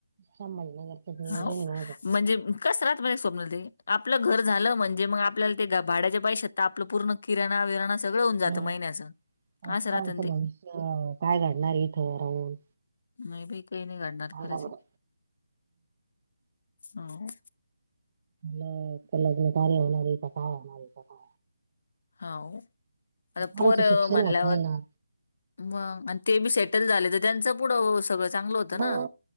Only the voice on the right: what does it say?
संभाजीनगर करत नियोजन
आहे माझ
हं
आमचं
भविष्य काय घडणार इथं राहून
सांगा
बरं.
ल लग्न कार्य होणार आहे का काय होणार आहे. काय
पोरांचं
शिक्षण
होत नाही ना
मग